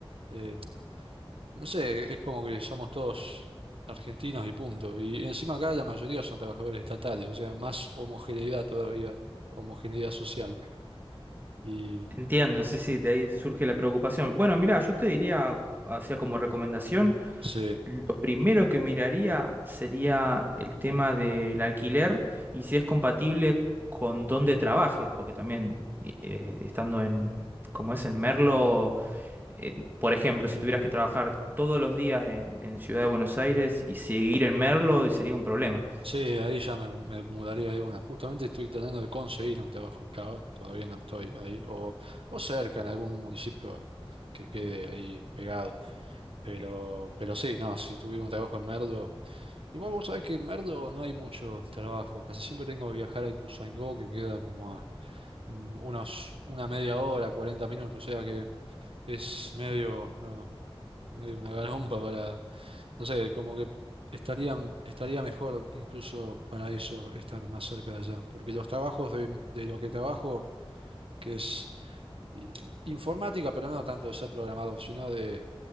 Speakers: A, on the right (about 70°); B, on the right (about 20°).
A: eh, no sé, es como que somos todos argentinos y punto. Y encima acá la mayoría son trabajadores estatales, o sea, más homogeneidad todavía, homogeneidad social. Y
B: entiendo, sí, sí, de ahí surge la preocupación. Bueno, mira, yo te diría, hacía como recomendación,
A: sí.
B: Lo primero que miraría sería el tema del alquiler y si es compatible con dónde trabajes, porque también eh, estando en, como es en Merlo, eh, por ejemplo, si tuvieras que trabajar todos los días en, en Ciudad de Buenos Aires y seguir en Merlo, sería un problema.
A: Sí, ahí ya me, me mudaría de una. Justamente estoy tratando de conseguir un trabajo en Cava, todavía no estoy ahí, o, o cerca en algún municipio que quede ahí pegado. Pero, pero sí, no, si tuviera un trabajo en Merdo, igual vos sabés que en Merdo no hay mucho trabajo, casi siempre tengo que viajar a Ituzaingó, que queda como a mm, unos, una media hora, 40 minutos, o sea que es medio, no, medio una garompa para, no sé, como que estaría, estaría mejor incluso para eso estar más cerca de allá, porque los trabajos de, de lo que trabajo, que es eh, informática, pero no tanto de ser programador, sino de,